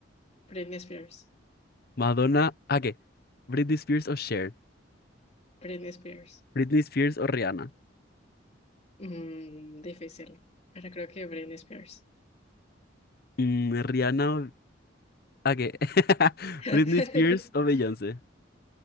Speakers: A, on the left; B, on the left.
A: Britney Spears.
B: ¿Madonna? ¿A qué? ¿Britney Spears o Cher?
A: Britney Spears.
B: ¿Britney Spears o Rihanna?
A: Mm, difícil. Pero creo que Britney Spears.
B: Mm, ¿Rihanna o... ¿A qué? <laughs>
A: <laughs>
B: ¿Britney Spears o Beyoncé?